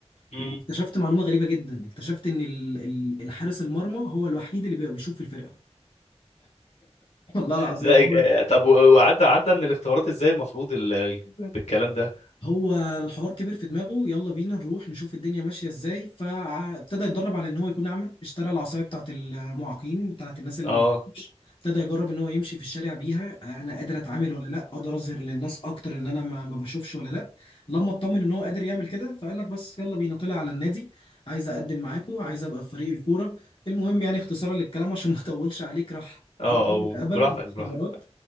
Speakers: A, on the left; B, on the left.
A: امم
B: واكتشفت معلومه غريبه جدا اكتشفت ان ال- ال- الحارس المرمى هو الوحيد اللي بيبقى بيشوف في الفرقه <laughs> والله العظيم
A: لا
B: هو
A: إج- آه، طب و- وعدى عدى من الاختبارات ازاي المفروض ال... ال- بالكلام ده
B: هو الحوار كبير في دماغه يلا بينا نروح نشوف الدنيا ماشية ازاي فابتدى يتدرب على ان هو يكون اعمى اشترى العصاية بتاعت المعاقين بتاعت الناس اللي
A: اه
B: ما بتشوفش ابتدى يجرب ان هو يمشي في الشارع بيها انا قادر اتعامل ولا لا اقدر اظهر للناس اكتر ان انا ما ما بشوفش ولا لا لما اطمن ان هو قادر يعمل كده فقال لك بس يلا بينا طلع على النادي عايز اقدم معاكم عايز ابقى في فريق الكورة المهم يعني اختصارا للكلام عشان ما اطولش عليك راح
A: اه
B: على
A: آه،
B: طول اتقبل
A: براحتك
B: في الاختبارات
A: براحتك